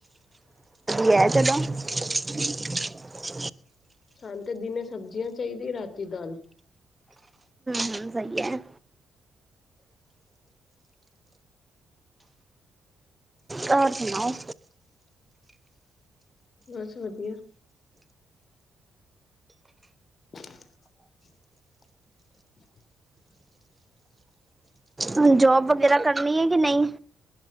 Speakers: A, on the right; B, on the left.
A: ਹੈ ਚਲੋ <unintelligible>
B: ਸ਼ਾਂ ਤੇ ਦਿਨੇ ਸਬਜ਼ੀਆਂ ਚਾਹੀਦੀਆਂ ਰਾ ਤੀ ਦਾਲ
A: ਹਮ ਸਹੀ ਹੈ ਘਰ <unintelligible> ਸੁਣਾਓ
B: ਬਸ ਵਧੀਆ <unintelligible>
A: ਹ ਜੋਬ ਵਗੈਰਾ ਕਰਨੀ ਹੈ ਕਿ ਨਹੀਂ